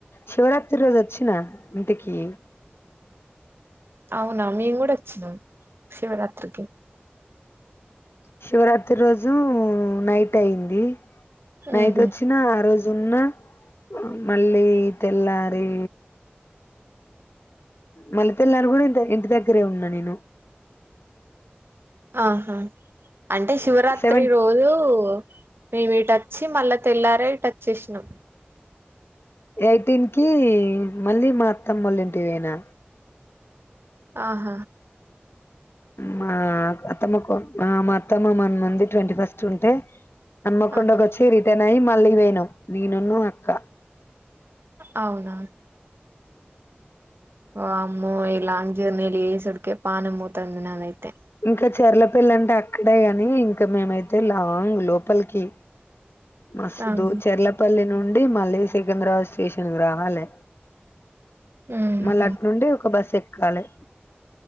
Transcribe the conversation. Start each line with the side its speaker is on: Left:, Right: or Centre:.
Left: శివరాత్రి రోజు వచ్చినా ఇంటికి
Right: అవు అవునా మేము కూడా వచ్చినం శివరాత్రికి
Left: శివరాత్రి రోజు నైట్ అయింది నైట్
Right: ఉహు
Left: వచ్చినా ఆ రోజు జున్ను మళ్ళీ తెల్లారి మళ్ళీ తెల్లారు కూడా ఇంటి దగ్గరే ఉన్నా నేను
Right: ఆహ అంటే శివరాత్రి
Left: సెవెన్
Right: రోజూ మేము ఇటచ్చి మళ్ళా తెల్లారే టచ్ చేసినాం
Left: ఎయిటీన్ కి మళ్ళీ మా అత్తమ్మోలా ఇంటికి పోయినా
Right: ఆహ
Left: మా అత్తమ్మకు ఆ మ అత్తమ్మ మోన్న ఉంది ట్వంటీ ఫస్ట్ ఉంటే అమ్మ కొండ
Right: ఆహా
Left: వచ్చిరి కెనయి మళ్ళీ తీనం నేనను అక్క
Right: అవున ఓ అమ్మో ఇలాంటి జీర్నీ చేసుడికె పానం పోతది నాదైతే
Left: ఇంకా చెరల పిల్ల అంటే అక్కడే కాని ఇంకా మేమైతే లాంగ్ లోపలికి మస్తు
Right: అవును
Left: చెర్లపల్లిని నుండి మళ్ళీ సికింద్రాబాద్ స్టేషన్ రావాలె
Right: ఉహు
Left: మళ్ళ అట్ నుండి ఒక బస్ ఎ కలె